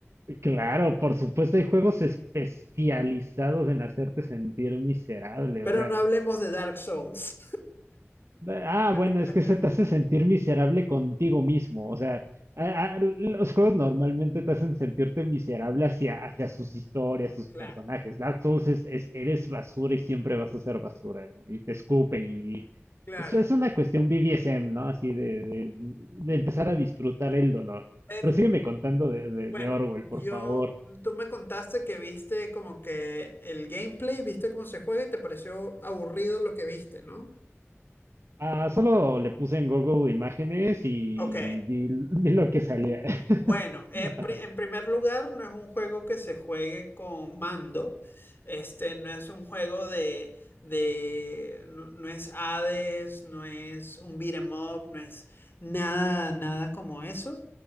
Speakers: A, on the right; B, on the left.
A: Claro, por supuesto, hay juegos especializados en hacerte sentir miserable.
B: <laughs> Pero
A: O sea,
B: no hablemos de Dark Souls.
A: ah,
B: <laughs>
A: bueno, es que se te hace sentir miserable contigo mismo. O sea, a- a- los juegos normalmente te hacen sentirte miserable hacia, hacia sus historias, sus
B: Claro,
A: personajes. Dark Souls es, es- eres basura y siempre vas a ser basura. Y te escupen y.
B: claro.
A: Eso es una cuestión BDSM, ¿no? Así de, de- de empezar a disfrutar el dolor.
B: Pero,
A: Pero sígueme contando de de-
B: bueno,
A: de Orwell,
B: yo,
A: por favor.
B: tú me contaste que viste como que el gameplay, viste cómo se juega y te pareció aburrido lo que viste, ¿no?
A: Ah, solo le puse en Google imágenes y
B: Ok.
A: vi, vi lo que salía.
B: Bueno, en
A: <laughs>
B: pri- en primer lugar, no es un juego que se juegue con mando. Este no es un juego de, de, no, no es Hades, no es un beat 'em up, no es nada, nada como eso.